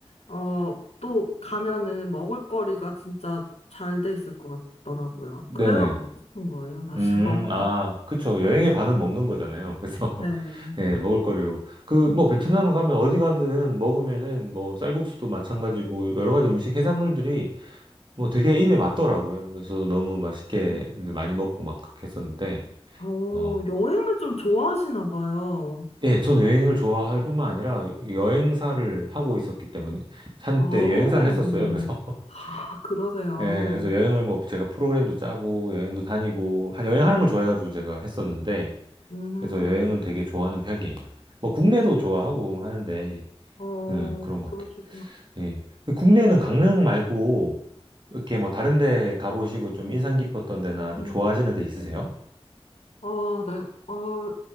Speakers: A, on the left; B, on the right.
A: 어, 또 가면은 먹을거리가 진짜 잘 돼 있을 것 같더라고요.
B: 네네.
A: 그래서 가고 싶은 거예요, 사실.
B: 음,
A: 먹을,
B: 아, 그쵸. 여행의 반은 먹는 거잖아요.
A: 네.
B: 예, 먹을거리로. 그, 뭐, 베트남 가면 어디 가든 먹으면은 뭐, 쌀국수도 마찬가지고, 여러 가지 음식, 해산물들이 뭐 되게 입에 맞더라고요. 그래서 너무 맛있게
A: 음.
B: 많이 먹고 막 그렇게 했었는데,
A: 어,
B: 어.
A: 여행을 좀 좋아하시나 봐요.
B: 예, 저는 여행을 좋아할 뿐만 아니라 여행사를 하고 있었기 때문에, 한때
A: 아,
B: 여행사를 했었어요. 그래서, <laughs>
A: 아, 그러세요.
B: 예, 그래서 여행을 뭐 제가 프로그램도 짜고, 여행도 다니고, 하- 여행하는
A: 음,
B: 걸 좋아해가지고 제가 했었는데,
A: 음.
B: 그래서 여행은 되게 좋아하는 편이에요. 뭐, 국내도 좋아하고 하는데,
A: 어,
B: 음, 그런 것
A: 그러시구나.
B: 같아요. 예. 국내에는 강릉 말고 이렇게 뭐 다른 데 가보시고 좀 인상 깊었던 데나 좀
A: 음.
B: 좋아하시는 데 있으세요?
A: 아, 네. 어,